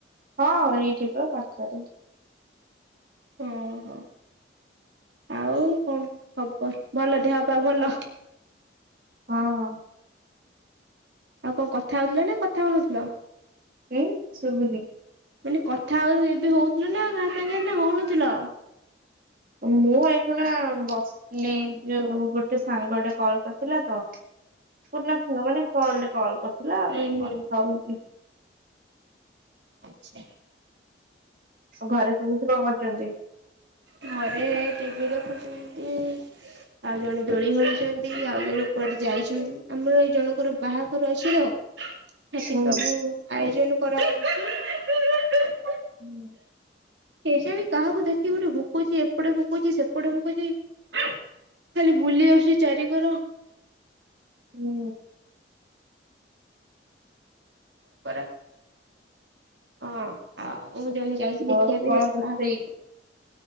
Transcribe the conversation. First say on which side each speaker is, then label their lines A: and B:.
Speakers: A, on the right; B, on the right.
A: ହଁ ଏଇଠି ପା ପାଖରେ।
B: ଓହୋ ଆଉ କଣ ଖବର ଭଲ ଦେହ ପା ଭଲ?
A: ହଁ ହଁ।
B: ଆଉ କଣ କଥା ହଉଥିଲେ ନା କଥା ହଉନଥିଲ?
A: ଏଇ ସୁବୁନି।
B: ମାନେ କଥା ଆଉ ଏବେ ହଉଥିଲ ନା କା ସାଙ୍ଗରେ ନା ହଉନଥିଲ?
A: ମୁଁ ଏଇ ଖୁଣା ବସିଲି ଯଉ ଗୋଟେ ସାଙ୍ଗଟେ କଲ କରିଥିଲା ତ <unintelligible> ମାନେ କଲ୍ କଲ୍ କର। ଥିଲା
B: ହୁଁ
A: କଥା
B: ହୁଁ।
A: ହୋଉଥିଲି।
B: ଆଛା।
A: ଘରେ ସମସ୍ତେ କଣ କରୁଛନ୍ତି?
B: ଘରେ ଟିଭି ଦେଖୁଛନ୍ତି ଆଉ ଜଣେ ଦୋଳି ଖେଳୁଛନ୍ତି ଆଉ ଜଣେ କୁଆଡେ ଯାଇଛନ୍ତି ଆମେ ଜଣଙ୍କର ବାହାଘର ଅଛି ତ। ସେଠି
A: ହୁଁ
B: ସବୁ ଆୟୋଜନ କରା <unintelligible>
A: ହୁଁ।
B: କେଜାଣି କାହାକୁ ଦେଖିକି ଗୋଟେ ଭୁ ପକୋଉଚି ଏପଟେ ପକୋଉଚି ସେପଟେ ପକୋଉଚି ଖାଲି ବୁଲି ଆସୁଚି ଚାରି କର।
A: ହୁଁ।
B: ପରା ହଁ ଆ କୋହୁଚନ୍ତି ଯାଇକି ଦେଖିବା
A: ଆଉ
B: ପାଇଁ
A: କଣ
B: ହେଠି
A: ରୋଷେଇ?
B: ବାହାଘର।